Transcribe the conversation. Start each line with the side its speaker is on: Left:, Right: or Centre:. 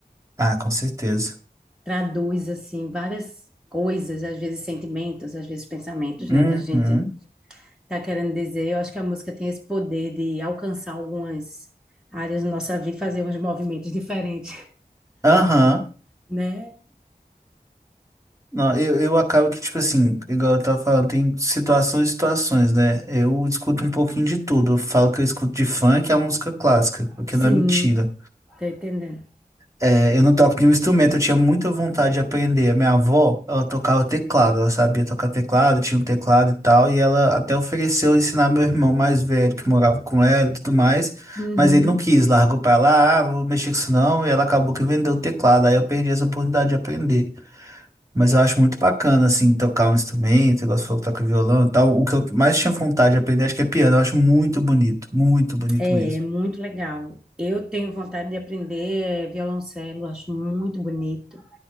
Right: Ah, com certeza.
Centre: traduz assim várias coisas, às vezes sentimentos, às vezes pensamentos, né,
Right: Uhum,
Centre: que a gente tá querendo dizer. Eu acho que a música tem esse poder de alcançar algumas áreas da nossa vida, fazer uns movimentos <laughs> diferentes,
Right: aham.
Centre: né?
Right: Não, eu, eu acabo que, tipo assim, igual eu tava falando, tem situações e situações, né? Eu escuto um pouquinho de tudo. Eu falo que eu escuto de funk a música clássica, o que
Centre: Sim,
Right: não é mentira.
Centre: tô entendendo.
Right: É, eu não toco nenhum instrumento, eu tinha muita vontade de aprender. A minha avó, ela tocava teclado, ela sabia tocar teclado, tinha um teclado e tal, e ela até ofereceu ensinar meu irmão mais velho, que morava com ela e tudo mais,
Centre: Uhum.
Right: mas ele não quis, largou pra lá, ah, não vou mexer com isso não, e ela acabou que vendeu o teclado, aí eu perdi essa oportunidade de aprender. Mas eu acho muito bacana, assim, tocar um instrumento, igual você falou, que toca violão e tal. O que eu mais tinha vontade de aprender, acho que é piano, eu acho muito bonito, muito bonito
Centre: É,
Right: mesmo.
Centre: é muito legal. Eu tenho vontade de aprender é, violoncelo, acho muito bonito.